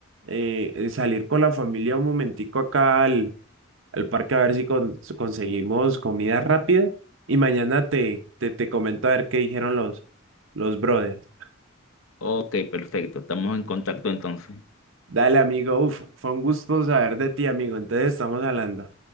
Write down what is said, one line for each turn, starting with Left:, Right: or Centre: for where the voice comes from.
Right: eh, eh, salir con la familia un momentico acá al, al parque a ver si con- si conseguimos comida rápida. Y mañana te, te, te comento a ver qué dijeron los, los brothers.
Left: Ok, perfecto. Estamos en contacto entonces.
Right: Dale, amigo. Uf, fue un gusto saber de ti, amigo. Entonces estamos hablando.